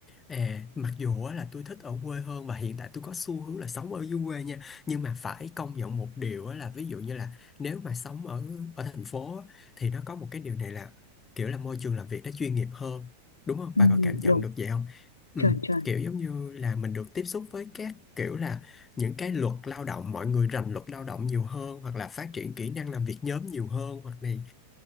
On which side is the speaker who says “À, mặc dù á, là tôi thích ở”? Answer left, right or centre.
Left